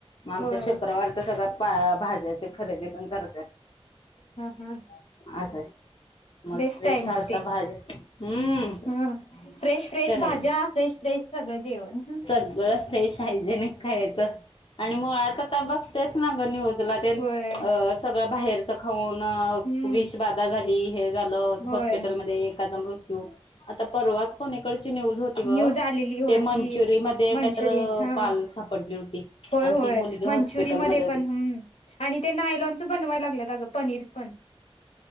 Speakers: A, on the left; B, on the left.
A: मग आमच्या
B: होय
A: शुक्रवारच सगळं भाज्याची खरेदी पण करतात.
B: हम्म हम्म
A: असं आहे मग
B: बेस्ट
A: फ्रेश
B: आहे मग.
A: आता भाज्या हम्म
B: हम्म, फ्रेश फ्रेश
A: करायचं.
B: भाज्या, फ्रेश फ्रेश सगळं जेवण.
A: सगळं फ्रेश, हायजेनिक खायचं. आणि मुळात आता बघतेच ना ग निउजला ते
B: होय
A: अ सगळं बाहेरच खाऊन. अ
B: हम्म
A: विष बाधा झाली, हे झालं
B: होय
A: <unintelligible> एकाचा मृत्यू, आता परवाच कुणीकडची न्यूज होती.
B: न्यूज आलेली होय
A: ते मंचुरियन
B: ती
A: मध्ये
B: मंचुरियन
A: काहीतरी,
B: हा
A: पाल सापडली होती.
B: होय
A: आणि
B: होय,
A: ती मुलगी हॉस्पिटलमध्ये
B: मंचुरी मध्ये
A: होती.
B: पण, आणि ते नायलॉन बनवायला लागलेत आगं पनीर पण.